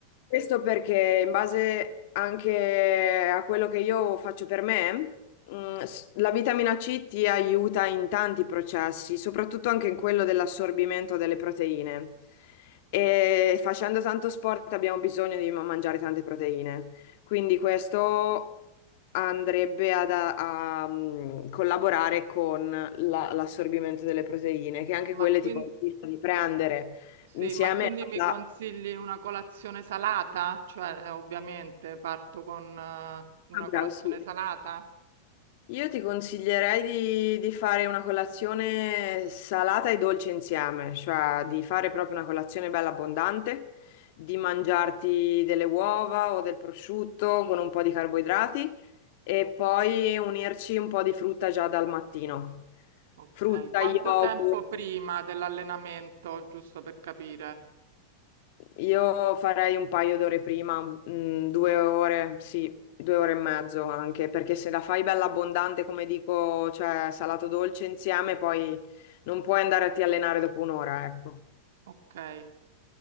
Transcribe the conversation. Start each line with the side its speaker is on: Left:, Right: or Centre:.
Left: Questo perché in base anche a quello che io faccio per me, mh, s- la vitamina C ti aiuta in tanti processi, soprattutto anche in quello dell'assorbimento delle proteine. E facendo tanto sport abbiamo bisogno di ma- mangiare tante proteine. Quindi questo andrebbe ad a, a, mh, collaborare con la- l'assorbimento delle proteine, che anche
Right: Ma
Left: quelle
Right: quindi,
Left: ti consiglio di prendere
Right: sì,
Left: insieme
Right: ma quindi
Left: alla...
Right: mi consigli una colazione salata? Cioè, eh, ovviamente parto con eh, una
Left: ah,
Right: colazione
Left: bravo, sì,
Right: salata?
Left: Io ti consiglierei di, di fare una colazione salata e dolce insieme, cioè di fare proprio una colazione bella abbondante, di mangiarti delle uova o del prosciutto con un po' di carboidrati e poi unirci un po' di frutta già dal mattino.
Right: Okay,
Left: Frutta,
Right: quanto
Left: yogurt.
Right: tempo prima dell'allenamento, giusto per capire?
Left: Io farei un paio d'ore prima, mm, due ore, sì, due ore e mezzo anche, perché se la fai bella abbondante, come dico, cioè salato dolce insieme, poi non puoi andare a ti allenare dopo un'ora, ecco.
Right: Okay,